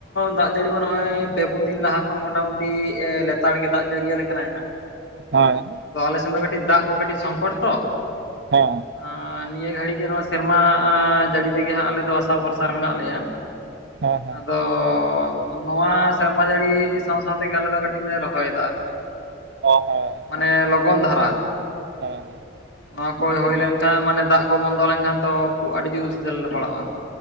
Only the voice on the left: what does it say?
ᱫᱟᱜ ᱡᱟᱹᱲᱤ ᱢᱟ ᱱᱚᱜᱼᱚᱭ ᱯᱮ ᱯᱩᱱ ᱫᱤᱱ ᱞᱟᱦᱟ ᱠᱷᱚᱱ ᱢᱚᱴᱟᱢᱩᱴᱤ ᱮ ᱞᱮ ᱛᱟᱲ ᱜᱮ ᱫᱟᱜ ᱡᱟᱹᱲᱤᱭᱟᱞᱮ ᱠᱟᱱᱟᱭ ᱦᱟᱸᱜ ᱾
ᱟᱫᱚ ᱟᱞᱮ ᱥᱮᱱ ᱫᱚ ᱠᱟᱹᱴᱤᱡ ᱫᱟᱜ ᱠᱚ ᱠᱟᱹᱴᱤᱡ ᱥᱚᱝᱠᱚᱴ ᱛᱚ,
ᱟᱸ ᱱᱤᱭᱟᱹ ᱜᱷᱟᱹᱲᱤᱡ ᱜᱮ ᱱᱚᱣᱟ ᱥᱮᱨᱢᱟ ᱡᱟᱹᱲᱤ ᱛᱮᱜᱮ ᱦᱟᱸᱜ ᱟᱞᱮ ᱫᱚ ᱟᱥᱟ ᱵᱷᱚᱨᱥᱟ ᱨᱮ ᱢᱮᱱᱟᱜ ᱞᱮᱭᱟ᱾
ᱟᱫᱚᱻ ᱱᱚᱣᱟ ᱥᱮᱨᱢᱟ ᱡᱟᱹᱲᱤ ᱥᱟᱶ-ᱥᱟᱶᱛᱮᱜᱮ ᱟᱞᱮ ᱫᱚ ᱠᱟᱹᱴᱤᱡ ᱞᱮ ᱨᱚᱦᱚᱭᱫᱟ ᱟᱨᱠᱤ᱾
ᱢᱟᱱᱮ ᱞᱚᱜᱚᱱ ᱫᱷᱟᱨᱟ᱾
ᱱᱚᱣᱟ ᱠᱚ ᱦᱩᱭ ᱞᱮᱱᱠᱷᱟᱱ ᱢᱟᱱᱮ ᱫᱟᱜ ᱠᱚ ᱵᱚᱱᱫᱚ ᱞᱮᱱᱠᱷᱟᱱ ᱛᱚ ᱠᱷᱚ ᱟᱹᱰᱤᱡᱳᱨ ᱚᱥᱩᱵᱤᱫᱟ ᱨᱮᱞᱮ ᱯᱟᱲᱟᱜᱼᱟ ᱾